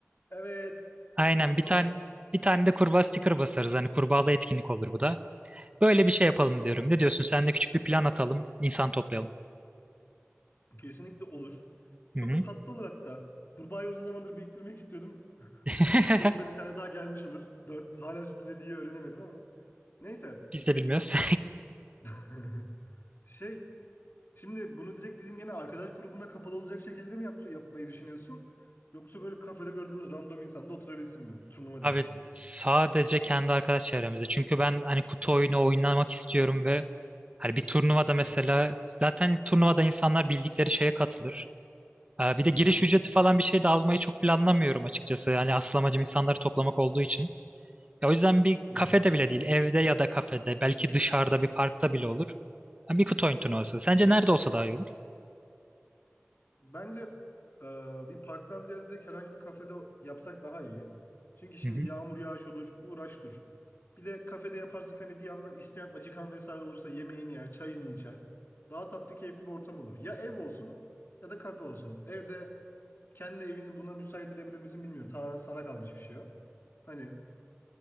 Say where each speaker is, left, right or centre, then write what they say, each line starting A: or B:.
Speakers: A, on the left; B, on the right.
A: Evet.
B: Aynen
A: Kurbağa.
B: bir tane bir tane de kurbağa sticker basarız. Hani kurbağalı etkinlik olur bu da. Böyle bir şey yapalım
A: Hı.
B: diyorum. Ne diyorsun? Sen de küçük bir plan atalım, insan toplayalım.
A: Kesinlikle olur. Çok
B: Hı hı.
A: da tatlı olur hatta. Kurbağayı uzun zamandır biriktirmek istiyordum.
B: <laughs>
A: <laughs> Sonunda bir tane daha gelmiş olur. Dört. Hala sürpriz hediyeyi öğrenemedim ama. Neyse.
B: Biz de bilmiyoruz.
A: <laughs> Şey. Şimdi bunu direkt bizim gene arkadaş grubunda kapalı olacak şekilde mi yap yapmayı düşünüyorsun? Yoksa böyle kafede gördüğümüz random insanla oturabilsin mi?
B: <laughs>
A: Turnuva dedin
B: Abi
A: çünkü.
B: sadece kendi arkadaş çevremizde. Çünkü ben hani kutu oyunu oynamak istiyorum ve hani bir turnuvada mesela
A: Hı
B: zaten turnuvada insanlar bildikleri şeye katılır. Ee, Bir de giriş
A: hı.
B: ücreti falan bir şey de almayı çok planlamıyorum açıkçası. Hani asıl amacım insanları toplamak olduğu için. Ya o yüzden bir
A: Hı hı.
B: kafede bile değil, evde ya da kafede, belki dışarıda bir parkta bile olur. Ha, Bir kutu oyun turnuvası. Sence
A: Hı.
B: nerede olsa daha iyi olur?
A: Bence e, bir parktan ziyade direkt herhangi bir kafede yapsak daha iyi. Çünkü şimdi
B: Hı hı.
A: yağmur yağış olur, uğraş dur. Bir de kafede yaparsak hani bir yandan isteyen acıkan vesaire olursa yemeğini yer, çayını içer. Daha tatlı, keyifli bir ortam olur. Ya ev olsun ya da kafe olsun. Evde kendi evini buna müsait edebilir misin bilmiyorum. Tamamen sana kalmış bir şey o. Hani